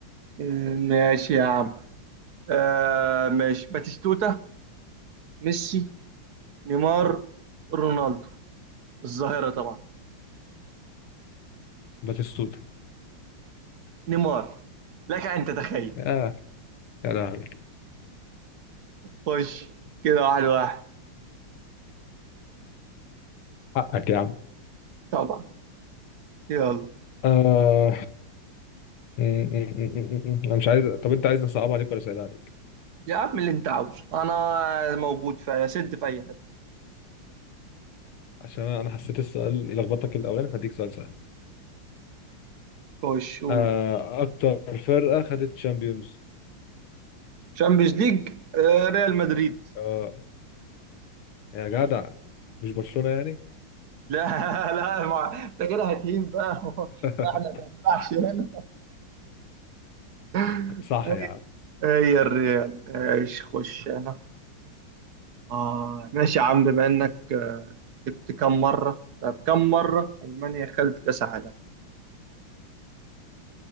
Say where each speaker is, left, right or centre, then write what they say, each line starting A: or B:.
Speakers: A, on the right; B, on the left.
A: آه، ماشي يا عم آه ماشي باتيستوتا ميسي نيمار رونالدو الظاهرة طبعا
B: باتيستوتا
A: نيمار لك أن تتخيل
B: يا يا لهوي
A: خش كده واحد واحد
B: حقك يا عم
A: طبعا يلا
B: آه مم، مم، مم، مم، مم. انا مش عايز طب انت عايز نصعب عليك ولا اسهل عليك
A: يا عم اللي انت عاوزه انا موجود في سد في اي حته
B: عشان انا أنا حسيت السؤال يلخبطك الاولاني فهديك سؤال سهل
A: خش قول
B: آه، اكتر فرقه خدت تشامبيونز
A: شامبيونز ليج آه، ريال مدريد
B: اه يا جدع مش برشلونه يعني
A: لا <laughs> لا ما انت كده هتهين بقى <laughs>
B: <laughs>
A: ما احنا ما ينفعش يلا. <laughs>
B: صح يا عم
A: هي الريال ايش خش انا اه ماشي يا عم بما انك آه، جبت كم مره طب كم مره المانيا خدت كاس عالم